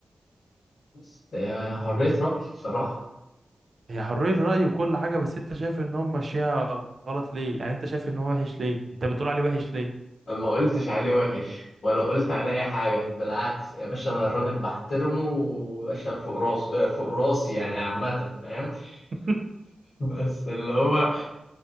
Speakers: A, on the left; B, on the right.
A: بس هي حرية رأي بصراحة
B: هي حرية رأي وكل حاجة بس انت شايف ان هم ماشيها غلط ليه يعني انت شايف ان هو وحش ليه انت بتقول عليه وحش ليه
A: ما قلتش عليه وحش ولا قلت عليه اي حاجه بالعكس يا باشا انا الراجل بحترمه وباشا فوق راس آه، فوق راسي يعني عامه فاهم
B: <laughs>
A: <laughs> بس اللي هو